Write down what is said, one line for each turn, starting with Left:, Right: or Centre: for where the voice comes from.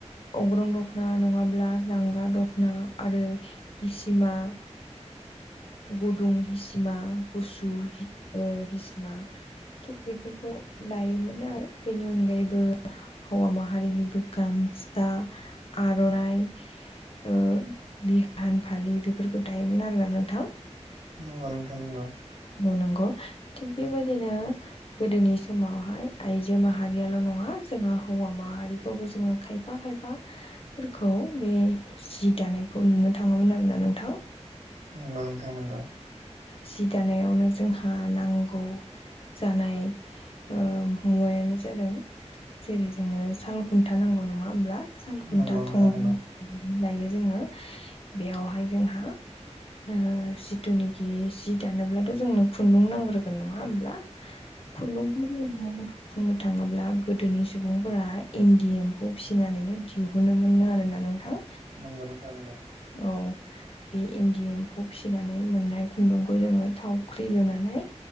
Left: अग्रुं दख'ना नङाब्ला लांगा दख'ना आरो हिसिमा। गुदुं हिसिमा गुसु ओ हिसिमा। थिग बेफोरखौ दायोमोन आरो बेनि अनगायैबो हौवा माहारिनिबो गामसा आर'नाइ ओ बिहान फालि बेफोरखौ दायोमोन आरोना नोंथां।
Right: नंगौ नोंथां नंगौ।
Left: नंगौ थिग बेबायदिनो गोदोनि समावहाय आइजो माहारियाल' नङा जोङो हौवा माहारिखौबो जोङो खायफा खायफाफोरखौ बे जि दानायखौ नुनो थाङोमोन आरोना नोंथां।
Right: नंगौ नोंथां नंगौ।
Left: सि दानायावनो जोंहा नांगौ जानाय ओ मुवायानो जादों जेरै जोंनो साल खुन्था नांगौ नङा होमब्ला साल खुन्था
Right: नंगौ नोंथां
Left: थं
Right: नंगौ
Left: <unintelligible> जायो जोङो बेयावहाय जोंहा ओ सिथुनिखि सि दानोब्लाथ' जोंनो खुन्दुं नांग्रोगोन नङा होमब्ला? खुन्दुं बुंनो <unintelligible> थाङोब्ला गो गोदोनि सुबुंफोरा इन्दि एम्फौ फिसिनानैनो दिहुनो मोनो आरोना नोंथां।
Right: नंगौ नोंथां नंगौ।
Left: औ बे इन्दि एम्फौ फिसिनानै मोननाय खुन्दुंखौ जोङो थावख्रि लुनानै